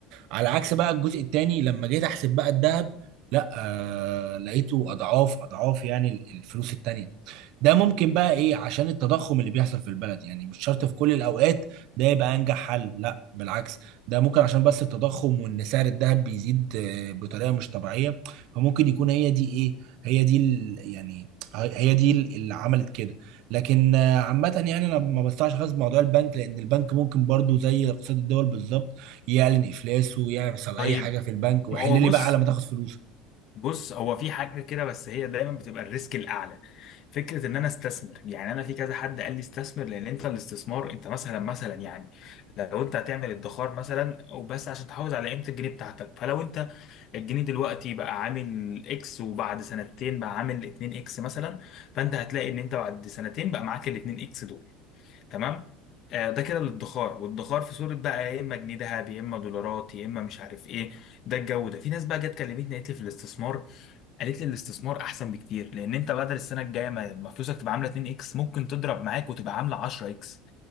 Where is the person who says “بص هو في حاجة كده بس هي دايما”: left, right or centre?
Left